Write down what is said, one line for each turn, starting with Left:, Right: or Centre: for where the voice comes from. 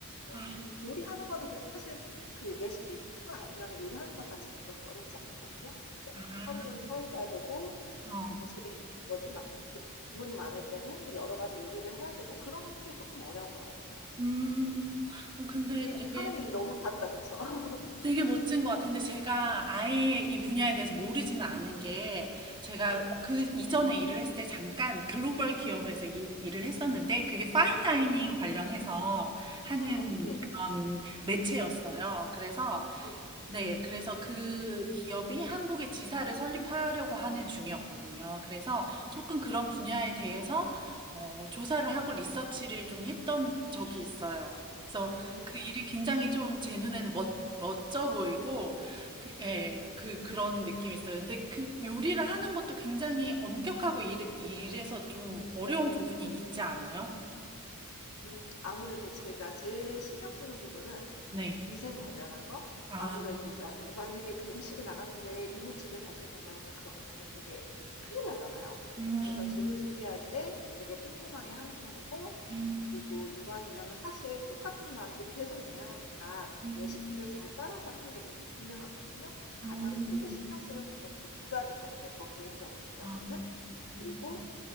Left: 어,
Right: 아,
Left: 음, 요리하는 거는 제- 사실 그 레시피만 알면 요리하는 것 자체는 그렇게 어렵지 않거든요. 근데
Right: 아,
Left: 하루 종일 서 있어야 되고
Right: 어.
Left: 그리고 동시에 뭐지 막 주문이 많을 때는 여러 가지 요리를 해야 되고 그런 게 조금 어려운 것 같아요.
Right: 음, 어, 근데
Left: 우리
Right: 되게
Left: 하는 일이 너무 다르다, 그쵸? <laughs>
Right: 되게 멋진 것 같아요. 근데 제가 아예 이 분야에 대해서 모르지는 않은 게 제가
Left: 네.
Right: 그 이전에 일을 했을 때 잠깐 글로벌 기업에서 일, 을 했었는데 그게 파인 다이닝 관련해서 하는
Left: 와, 네,
Right: 그런 매체였어요. 그래서
Left: 네,
Right: 네. 그래서 그 기업이 한국에 지사를 설립하려고 하는 중이었거든요. 그래서 조금 그런 분야에 대해서 어 조사를 하고 리서치를 좀 했던 적이 있어요. 그래서
Left: 네.
Right: 그 일이 굉장히 좀 제 눈에는 멋 멋져 보이고 그 예. 그 그런 느낌이 있어요. 근데 그 요리를 하는 것도 굉장히 엄격하고 이래 해서 좀 어려운 부분이 있지 않아요?
Left: 음 아무래도 제가 제일 신경 쓰는 부분은
Right: 네.
Left: 위생 관련한 거?
Right: 아.
Left: 아무래도 나중에 만약에 그 음식이 나가는데 이물질이 발견된다거나 그러면은 되게 큰일 나잖아요.
Right: 음.
Left: 그래서 재료 준비할 때 되게 꼼꼼하게 하는 편이고
Right: 음.
Left: 그리고 이왕이면은 사실 똑같은 맛을 계속 내야 하니까
Right: 음.
Left: 레시피를 잘 따라서 하는 게 되게 중요하거든요. 가장
Right: 음.
Left: 크게 신경 쓰는 부분은 그거 두 가지인 것 같아요, 저 개인적인 입장으로는.
Right: 아.
Left: 그리고
Right: 음.